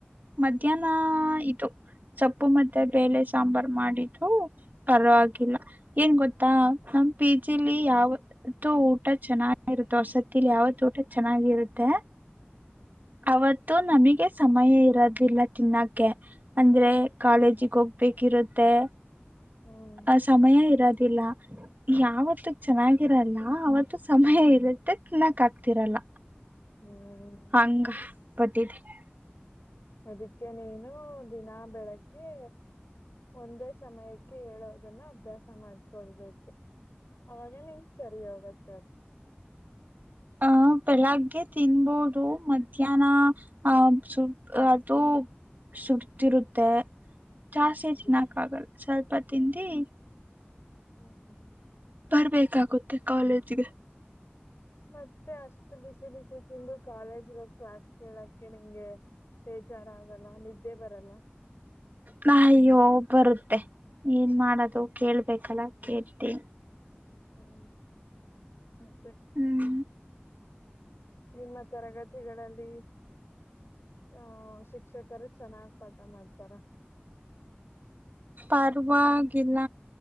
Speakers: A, on the right; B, on the left.
A: ಮಧ್ಯಾಹ್ನ ಇದು ಸೊಪ್ಪು <unintelligible> ಮದೆ ಬೆಳೇ ಸಾಂಬಾರ್ ಮಾಡಿದ್ರು ಪರವಾಗಿಲ್ಲ. ಏನ್ ಗೊತ್ತಾ ನಮ ಪಿ ಜಿ ಲಿ ಯಾವ ಇವತು ಊಟ ಚೆನ್ನಾಗಿರುತ್ತೆ. ವಸತಿ ಯಾವತ್ತು ಊಟ ಚೆನ್ನಾಗಿರುತ್ತೆ. ಅವತ್ತು ನಮಗೆ ಸಮಯ ಇರೋದಿಲ್ಲ ತಿನ್ನೋಕ್ಕೆ. ಅಂದ್ರೆ
B: ಹ್ಮ್
A: ಕಾಲೇಜಿಗೆ ಹೋಗ್ಬೇಕಿರುತ್ತೆ.
B: ಹ್ಮ್
A: ಆ ಸಮಯ ಇರೋದಿಲ್ಲ. ಯಾವತ್ತು ಚೆನ್ನಾಗಿರಲ್ಲ ಆವತ್ತು ಸಮಯ ಇರುತ್ತೆ ತಿನ್ನಕ್ ಆಗ್ತಿರಲ್ಲ.
B: ಹ್ಮ್
A: ಹಂಗ ಬತಿದೆ <unintelligible>
B: ಅದಕ್ಕೆ ನೀನು ದಿನಾ ಬೆಳಗ್ಗೆ. ಒಂದೇ ಸಮಯಕ್ಕೆ ಹೇಳೋದನ್ನ ಅಭ್ಯಾಸ ಮಾಡ್ಕೊಳ್ಬೇಕು. ಅವಾಗ ನಿನ್ ಸರಿ ಹೋಗದು.
A: ಆ <inaudible> ಬೆಳಗ್ಗೆ ತಿನ್ಬೋದು ಮಧ್ಯಾಹ್ನ ಅಹ ಸ ಅದು. ಸುಡ್ತರುತ್ತೆ ಜಾಸ್ತಿ
B: ಅದು
A: ತಿನ್ನಕ್ ಆಗಲ್ಲ ಸ್ವಲ್ಪ ತಿಂದಿ.
B: ಹ್ಮ್
A: ಬರ್ಬೇಕಾಗುತ್ತೆ ಕಾಲೇಜ್ಗೆ
B: ಮತ್ತೆ ಅಷ್ಟು ಬಿಸಿ ಬಿಸಿ ತಿಂದು ಕಾಲೇಜ್ಗ ಕ್ಲಾಸ್ ಕೇಳಕ್ಕೆ ನಿಂಗೆ. ಬೇಜಾರ ಆಗಲ್ಲ ನಿದ್ದೆ ಬರಲ್ಲ.
A: ನ ಅಯ್ಯೋ ಬರುತ್ತೆ ಏನ್ ಮಾಡೋದು ಕೇಳ್ಬೇಕಲ್ಲ ಕೇಳ್ತೀನಿ.
B: ಹ್ಮ್ ಮತ್ತೆ
A: ಹ್ಮ್
B: ನಿಮ್ಮ ತರಗತಿಗಳಲ್ಲಿ. ಹಹ ಶಿಕ್ಷಕರು ಚೆನ್ನಾಗ್ ಪಾಠ ಮಾಡ್ತಾರ.
A: ಪರವಾಗಿಲ್ಲ